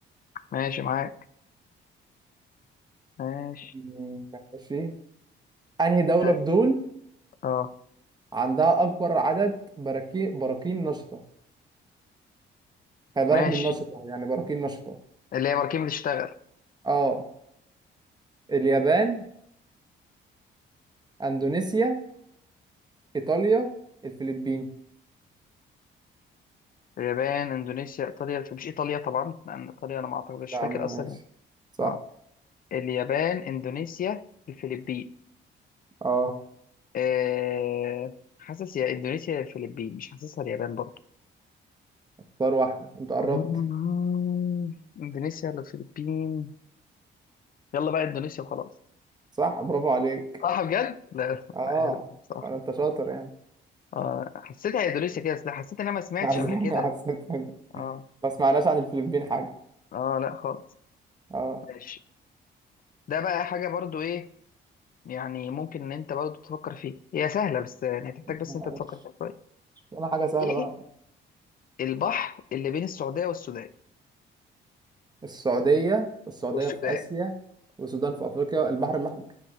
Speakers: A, on the left; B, on the right.
A: ماشي معاك ماشي
B: م- ماشي انهي دولة
A: اه
B: في دول
A: آه.
B: عندها اكبر عدد براكين براكين نشطة خلي بالك
A: ماشي
B: من نشطة يعني براكين نشطة
A: اللي هي مركبة بتشتغل
B: اه اليابان اندونيسيا ايطاليا الفلبين
A: اليابان اندونيسيا ايطاليا مش ايطاليا طبعا لان ايطاليا انا ما اعتقد مش
B: لا
A: فاكر
B: ماشي
A: اصلا يعني.
B: صح
A: اه اليابان اندونيسيا الفلبين
B: اه
A: أه... حاسس يا اندونيسيا يا الفلبين مش حاسسها اليابان برضو
B: اختار واحدة انت قربت
A: مم. <laughs> اندونيسيا ولا الفلبين يلا بقى اندونيسيا وخلاص
B: صح برافو عليك
A: صح بجد لا
B: اه
A: لا، هبل بصراحه
B: انا انت شاطر يعني
A: آه حسيتها اندونيسيا كده أصل حسيت ان انا ما
B: <laughs>
A: سمعتش
B: حسيت
A: قبل كده
B: حسيت كده.
A: اه
B: ما سمعناش عن الفلبين حاجة
A: اه لا خالص
B: اه
A: ماشي ده بقى حاجه برضو ايه يعني ممكن ان انت برضه تفكر فيه هي سهله بس يعني هتحتاج بس
B: ماشي
A: انت تفكر فيها شويه
B: انا حاجة سهلة
A: ايه
B: بقى
A: البحر اللي بين السعوديه والسودان
B: السعودية والسعودية
A: والسودان
B: في آسيا والسودان في أفريقيا البحر الأحمر